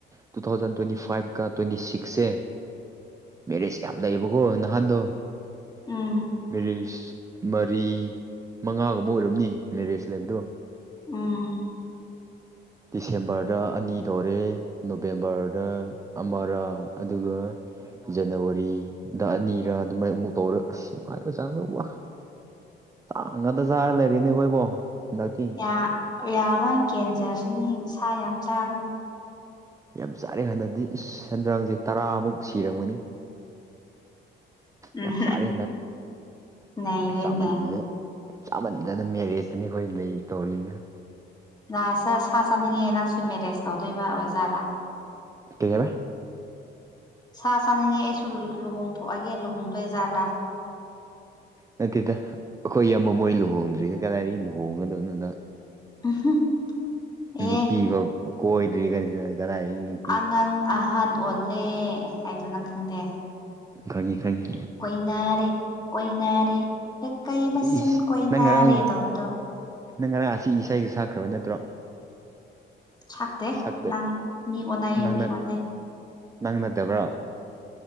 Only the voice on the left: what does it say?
<inaudible>
ꯎꯝ
ꯎꯝ
ꯌꯥ ꯌꯥ ꯂꯣꯏ ꯀꯦꯟꯖꯔꯁꯅꯤ ꯁꯥ ꯌꯥꯝ ꯆꯥꯒꯅꯨ
ꯎꯝ
ꯅꯩꯔꯦꯅꯦ
ꯅꯥꯁꯥ ꯁꯥ ꯆꯥꯅꯤꯡꯉꯦ ꯅꯪꯁꯨ ꯃꯦꯔꯦꯖ ꯇꯧꯗꯣꯏꯕ ꯑꯣꯏꯖꯥꯠꯂꯥ
ꯁꯥ ꯆꯥꯅꯤꯡꯉꯦ ꯑꯩꯁꯨ ꯂꯨꯍꯣꯡꯊꯣꯛꯑꯒꯦꯅ ꯂꯨꯍꯣꯡꯗꯣꯏꯖꯥꯠꯂꯥ
<unintelligible> ꯑꯦ
ꯑꯉꯥꯡ ꯑꯍꯟ ꯑꯣꯜꯂꯦ ꯍꯥꯏꯗꯣ ꯅꯪ ꯈꯪꯗꯦ
ꯀꯣꯏꯅꯔꯦ ꯀꯣꯏꯅꯔꯦ ꯂꯩꯀꯥꯏ ꯃꯁꯦꯟ
ꯀꯣꯏꯅꯔꯦ
ꯇꯧꯕꯗꯣ
ꯁꯛꯇꯦ
ꯅꯪ ꯃꯤ ꯑꯣꯟꯅꯩꯌꯦ
ꯃꯤ ꯑꯣꯟꯅꯩ